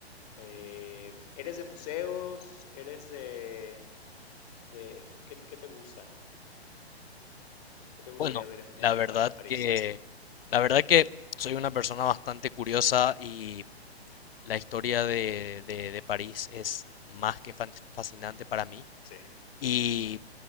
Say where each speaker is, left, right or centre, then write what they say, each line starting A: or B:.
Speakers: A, on the left; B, on the left.
A: Eh, ¿Eres de museos? ¿Eres de... de ¿qué, qué te gusta? ¿Qué te gustaría
B: Bueno,
A: ver en
B: la
A: en
B: verdad
A: Pa en París?
B: que, la verdad que soy una persona bastante curiosa y
A: Ujú.
B: la historia de, de- de París es más que fan- fascinante para mí.
A: Sí,
B: Y